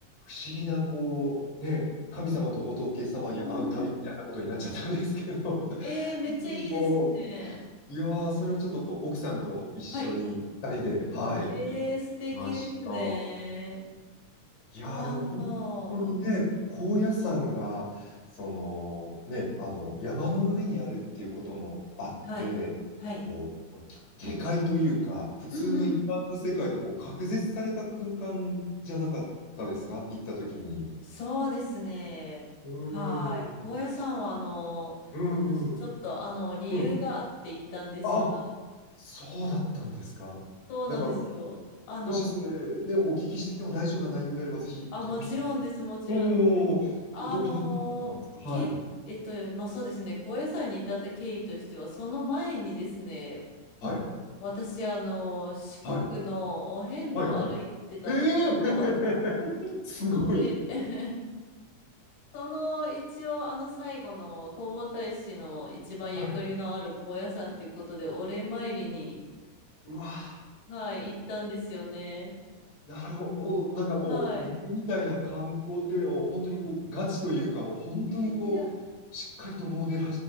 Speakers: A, on the left (about 60°); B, on the left (about 80°).
A: 不思議な、こう、ね、神様と仏様に会う旅みたいなことになっちゃったんですけど、
B: うん。えー、めっちゃいいですね。
A: <laughs> でもこう、いやー、それをちょっと奥さんと一緒に二人で、
B: はい。
A: はい、
B: えー、
A: 行ってきました。
B: 素敵ですね。
A: いやーでも本当にね、
B: ああ。
A: 高野山が、そのね、あの山の上にあるっていうこともあって、
B: はい。はい。
A: こう、げ下界というか、普通の一般の世界とこう隔絶された空間じゃなかったですか行った時に。
B: うんうん。そうですね。
A: うーん、
B: はい。高野山は、
A: うん
B: あの、
A: うん、
B: 私ちょっと、あの、理由があって行ったんですが、
A: うん。あ、そうだったんですか。
B: そうなんですよ。
A: なんか、
B: あの、
A: もしそれね、お聞きしても大丈夫な内容であれば、ぜひ、
B: あ、
A: どういった、
B: もちろんです、もちろん
A: おーど、
B: あのー、
A: ど、どういったんですかはい。
B: け、えっと、まあ、そうですね、高野山に至った経緯としては、その前にですね、
A: はい。
B: 私、あのー、四国のお遍路を歩いてたんですよ。
A: はい。はい、はい。ええ <laughs> すごい。
B: で、<laughs> その一応、あの、最後の弘法大師の一番ゆかりのある高野山ということで、
A: はい。
B: お礼参りに、
A: うわぁ、
B: はい、行ったんですよね。
A: なるほど。なんかもう、
B: はい。
A: 僕みたいな観光っていうよりは、もう本当にこう、ガチというか、もう本当にこう、
B: いやいやいや、
A: しっかりとモデル